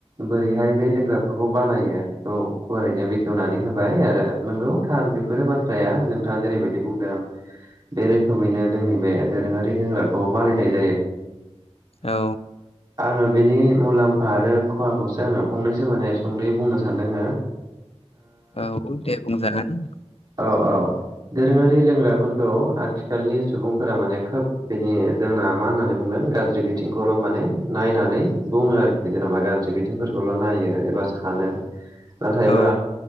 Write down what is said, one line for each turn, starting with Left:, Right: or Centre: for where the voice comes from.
Right: बोरैहाय बे लोंग्राफोरखौ बानायो बेखौ गुवारैनो बेखेवनानै होबाय आरो नंगौ थार बेफोरो बाथ्राया नोंथाङा जेरैबायदि बुंदों। बे रोखोमैनो जोंनि बे दोरोङारि लोंग्राखौ बानायनायायो
Left: औ
Right: आङो <unintelligible> बेनि मुलाम्फा आरो खहाखौसो आङो फंनैसो माने सुंद'यै बुंनो सानदोंङ।
Left: औ द बुं जागोन।
Right: औ औ। दोरोङारि लोंग्राफोरखौ आथिखालनि सुबुंफोरा माने खोब बेनि जोंना। मा होननानै बुंगोन गाज्रि बिथिंखौल' माने नायनानै। बुङो आरोखि जेनेबा गाज्रि बिथिंफोरखौल' नायो एबा सानो नाथायबा।
Left: औ